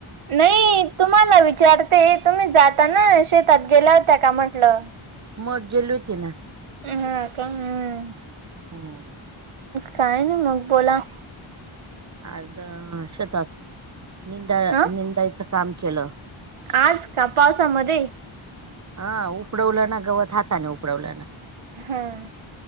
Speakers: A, on the right; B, on the right.
A: नाई तुम्हाला विचारते तुम्ही जाताना शेतात गेल्या होत्या का म्हटलं.
B: मग गेली होती ना.
A: हं हं का? हम्म.
B: हम्म.
A: काय नाय मग बोला.
B: आज अं शेतात निंदा
A: हा
B: निंदायचं काम केलं.
A: आज का पावसामध्ये?
B: हा उपडवलं ना गवत हातने उपडवलं ना.
A: हां